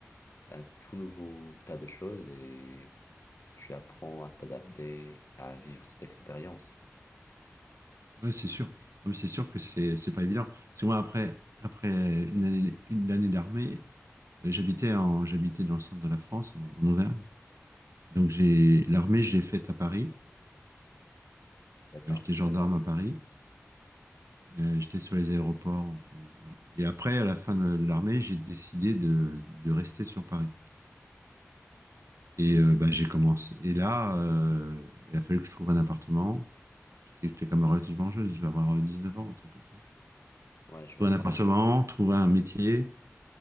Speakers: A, on the left; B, on the right.
A: un tout nouveau tas de choses et tu apprends à t'adapter, à vivre cette expérience.
B: Ouais, c'est sûr. Non, mais c'est sûr que c'est c'est pas évident. Parce que moi, après, après une année, une année d'armée, euh, j'habitais en, j'habitais dans le centre de la France, en, en Auvergne. Donc, j'ai, l'armée, j'ai faite à Paris.
A: D'accord.
B: Euh, J'étais gendarme à Paris. Euh, j'étais sur les aéroports. Enfin, bon, voilà. Et après, à la fin de, de l'armée, j'ai décidé de, de rester sur Paris. Et euh, bah, j'ai commencé. Et là, euh, il a fallu que je trouve un appartement. J'étais j'étais quand même relativement jeune, je vais avoir euh, 19 ans, un truc comme ça.
A: Ouais, je
B: Trouver
A: vois.
B: un appartement, trouver un métier.